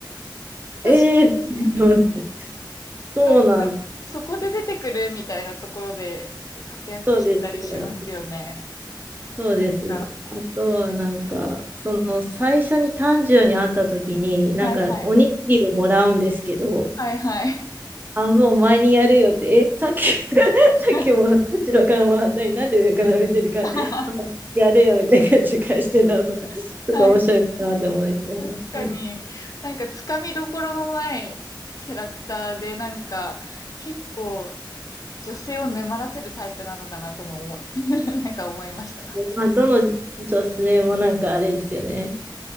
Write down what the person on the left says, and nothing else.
かに。
なんか、そこで出てくるみたいなところで活躍してたりしますよね。
なんか、
はいはい。はいはい。
<laughs>
は
い。はい確かに、
なんかつかみどころのないキャラクターで、なんか結構女性を沼らせるタイプなのかなとも思っ、<laughs> なんか思いました。